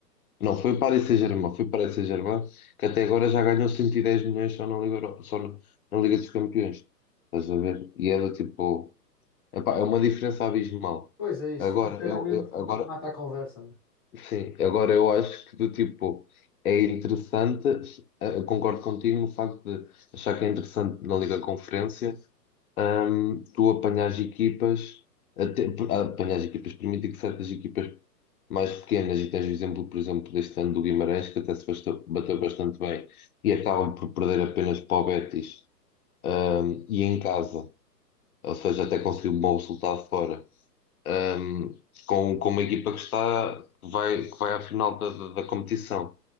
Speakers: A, on the left; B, on the left.
A: Não, foi o Paris Saint-Germain, foi o Paris Saint-Germain, que até agora já ganhou 110 milhões só na Liga, Euro- só na, na Liga dos Campeões. Estás a ver? E é do tipo, epá, é uma diferença abismal.
B: Pois é isso,
A: Agora,
B: financeiramente
A: eu, eu-
B: ma-
A: agora,
B: mata a conversa, né?
A: sim, agora eu acho que do tipo, é interessante, eh, eu concordo contigo no facto de achar que é interessante na Liga Conferência hum, tu apanhas equipas, até, apanhas equipas, permite que certas equipas mais pequenas, e tens o exemplo, por exemplo, deste ano do Guimarães, que até se bastou- bateu bastante bem, e acabam por perder apenas para o Betis, hum, e em casa, ou seja, até conseguiu um bom resultado fora, hum, com, com uma equipa que está, que vai, que vai à final da, da, da competição.